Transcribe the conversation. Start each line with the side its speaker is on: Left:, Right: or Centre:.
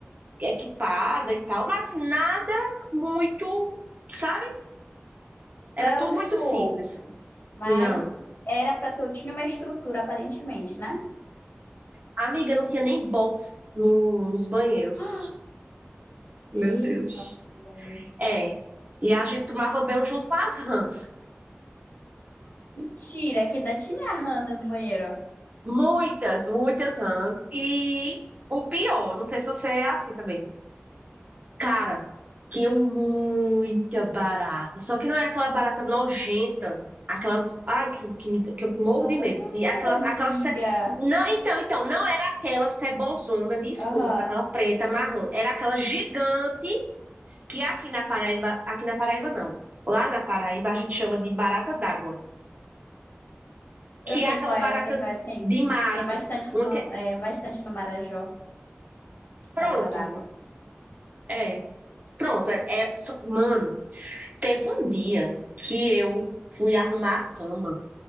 Right: equipada e tal, mas assim, nada muito, sabe? Era
Left: Não era
Right: tudo
Left: luxuoso,
Right: muito simples.
Left: mas
Right: Não.
Left: era para ter, tinha uma estrutura, aparentemente, né?
Right: Amiga, não tinha nem box no- nos banheiros.
Left: <gasps>
Right: Meu
Left: Eita,
Right: Deus.
Left: mulher.
Right: É. E a gente tomava banho junto com as rãs.
Left: mentira, que ainda tinha a Handa no banheiro.
Right: Muitas, muitas rãs. E o pior, não sei se você é assim também. Cara, tinha muita barata. Só que não era aquela barata nojenta. Aquela. Ai, que, que, me- que eu morro
Left: Ai,
Right: de medo. De, aquela,
Left: amiga.
Right: aquela. ce- Não, então, então, não era aquela cebozona de esgoto,
Left: Aham.
Right: aquela preta, marrom. Era aquela gigante que aqui na Paraíba. Aqui na Paraíba, não. Lá na Paraíba a gente chama de barata d'água.
Left: Eu
Right: Que
Left: sei
Right: é aquela
Left: qual
Right: barata
Left: é, eu sei qual é. Tem,
Right: de mato.
Left: tem bastante
Right: Uma
Left: no,
Right: que-
Left: é, bastante no Marajó,
Right: Pronto.
Left: Maratá d'Água.
Right: É. Pronto. É, é... só- Mano. Teve um dia que eu fui arrumar a cama.